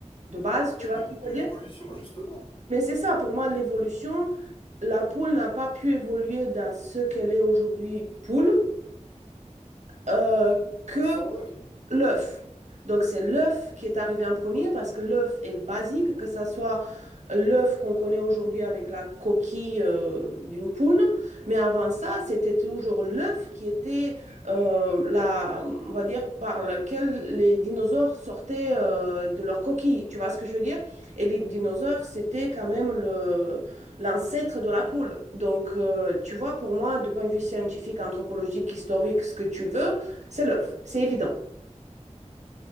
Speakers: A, on the right (about 65°); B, on the left (about 45°).
A: de base,
B: mais
A: tu vois
B: de
A: ce
B: de
A: que je veux
B: l'évolution,
A: dire?
B: justement.
A: Mais c'est ça, pour moi, l'évolution, la poule n'a pas pu évoluer dans ce qu'elle est aujourd'hui poule, euh, que
B: Sans l'œuf.
A: L'œuf. Donc c'est l'œuf qui est arrivé en premier parce que l'œuf est basique, que ce soit l'œuf qu'on connaît aujourd'hui avec la coquille euh, d'une poule, mais avant ça, c'était toujours l'œuf qui était euh, la, on va dire, par lequel les dinosaures sortaient euh, de leur coquille. Tu vois ce que je veux dire? Et les dinosaures, c'était quand même le l'ancêtre de la poule. Donc euh, tu vois, pour moi, de point de vue scientifique, anthropologique, historique, ce que tu veux, c'est l'œuf. C'est évident.